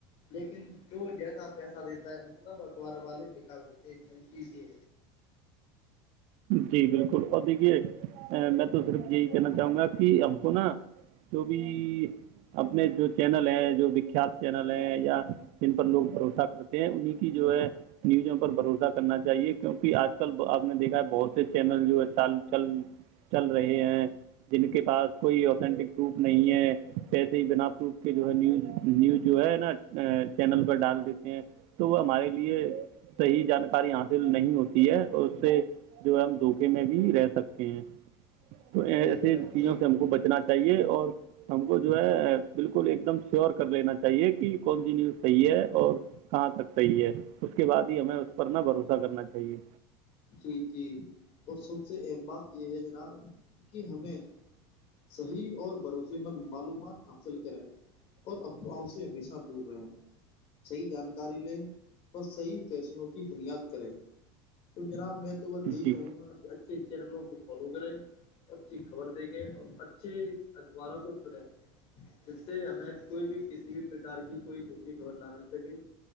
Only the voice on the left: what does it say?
لیکن تو جس پیسہ دیتا ہے اتنا اخبار والے بیک ہوتے بن کیی ہے
جی جناب
جی
جی جی اور سب سے اہم بات یہ ہے جناب کہ ہمیں صحیح اور بھروس مند معلومات حاصل کریں اور افواہوں سے ہمیشہ دور رہیں صحیح جانکاری لیں اور صحیح فیصلوں کی بنیاد کریں تو جناب میں تو بس یہی
کہوں گا کہ اچھے چینلوں کو فالو کرے اچھی خبر دیکھیں اور اچھے اخباروں کو چنیں اس سے ہمیں کوئی بھی کسی بھی پرکار کی کوئی د خبر نہ مل سکے